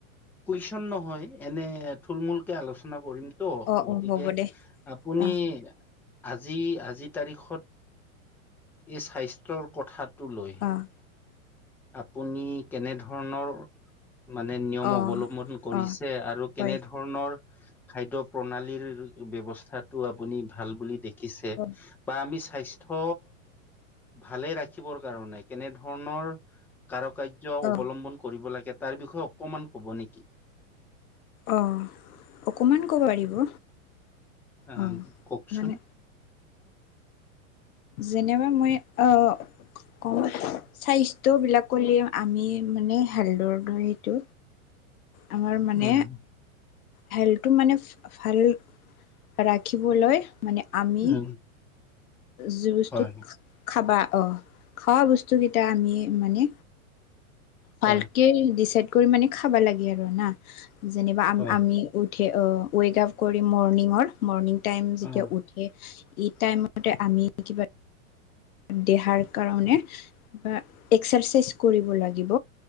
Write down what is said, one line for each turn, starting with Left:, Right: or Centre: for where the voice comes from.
Centre: কুৱেশন নহয় এনে থুলমূলকে আলোচনা কৰিম ত
Left: অ',
Centre: গতিকে
Left: অ', হ'ব দে
Centre: আপুনি
Left: অ',
Centre: আজি আজিৰ তাৰিখত এই স্বাস্থ্যৰ কথাত টো লৈ,
Left: অ',
Centre: আপুনি, কেনে ধৰণৰ মানে নিয়ম
Left: অ',
Centre: অৱলম্বন কৰিছে,
Left: অ',
Centre: আৰু কেনে
Left: হয়
Centre: ধৰণৰ খাদ্য প্ৰণালীৰ ব্ৱস্থাতটো আপুনি ভাল বুলি দেখ ছি,
Left: অ',
Centre: বা আমি স্বাস্থ্য, ভালে ৰাখিবৰ কাৰণে কেনে ধৰণৰ, কাৰ কাৰ্য
Left: অ',
Centre: অৱলম্বন কৰিব লাগে তাৰ বিষয়ে অকণমান ক'ব নেকি?
Left: অ', অকমান ক'ব পাৰিব।
Centre: আহ,
Left: অ',
Centre: কওঁকচোন।
Left: মানে যেনেবা মই আহ ক স্বাস্থ্যবিলাক কলে আমি মানে হেলৰ দৰেটো আমাৰ মানে
Centre: উম
Left: হেল্প মানে ভাল ৰাখিবলৈ মানে আমি
Centre: উম
Left: যি বস্তু
Centre: হয়
Left: খাবা অ খোৱা বস্তুকেইটা আমি মানে ভালকে
Centre: হয়
Left: ডিচাইড কৰি মানে খাবা লাগে আৰু না যেনিবা আম
Centre: হয়
Left: আমি উ উঠে ৱেক আফ কৰি মৰ্ণিঙৰ মৰ্ণিং টাইম যেতিয়া
Centre: অ
Left: উঠে এই টাইমতে আমি কিবা দেহাৰ কাৰণে কিবা এক্সাৰচাইজ কৰিব লাগিব